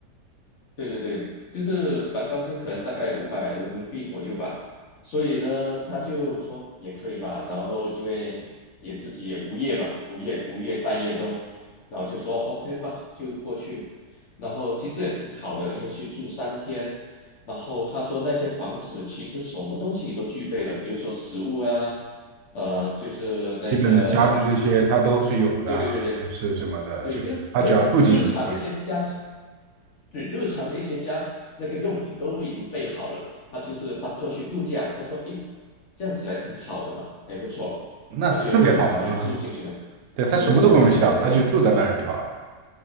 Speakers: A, on the left; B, on the right.
A: 对对对，就是蛮高兴，可能大概五百人民币左右吧。所以呢，他就说也可以吧。然后因为也自己也无业嘛，无业无业待业中，然后就说 OK 吧，就过去。然后其实也挺好的，因为去住三天。然后他说那间房子其实什么东西都具备了，比如说食物啊。呃，就是那个，
B: 基本的家具这些他都是有的啊，
A: 对对对对
B: 电视什么的，
A: 对，
B: 就是他只要住进去就可以，
A: 这这日常一些家庭，对日常的一些家那个用品都已经备好了，他就是当做去度假。他说：“诶，这样子还挺好的嘛，还不错。”他就准备住进去了。
B: 那特别好哈。<laughs> 对，他什么都不用想，
A: 对对对对对对，特别好的。
B: 他就住在那儿就好了。